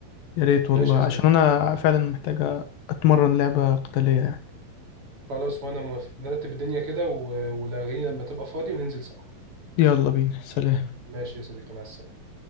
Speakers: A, on the left; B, on the right.
A: يا ريت
B: ماشي
A: والله
B: يا صديقي
A: عشان انا فعلا محتاجة اتمرن لعبة قتالية يعني
B: خلاص وانا موافق نرتب الدنيا كده و- ولاغيني لما تبقى فاضي وننزل سوا
A: يلا بينا سلام
B: ماشي يا صديقي مع السلامة